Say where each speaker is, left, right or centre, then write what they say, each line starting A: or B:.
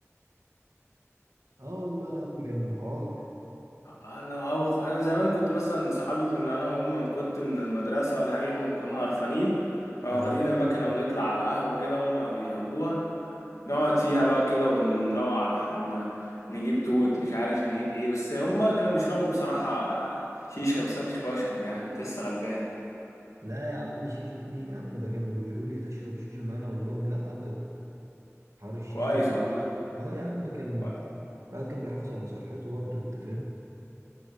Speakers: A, on the right; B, on the left.
A: اه والله يا عم كان حوار
B: انا او خ- انا زمان كنت مثلا صحابي كنا انا وهم من كنت من المدرسة ولا حاجة يوم ما كنا قرفانين واخدين
A: اه
B: المكنة ونطلع على قهوة كده هم بيحبوها نقعد فيها بقى كده ونروق على حالنا نجيب توت مش عارف نجيب ايه بس هما كانوا بيشربوا بصراحة شيشة بس انا كنتش بشرب يعني كنت لسه غلبان
A: لا يا عم شيشة مين يا عم ده كانوا بيقولوا لي تشرب شيشة معانا اقول لهم لا ابدا حوار الشيشة
B: كويس
A: ده.
B: والله
A: اه يا عم كان
B: و-
A: الواحد كان بيحافظ على صحته برضه انت فاهم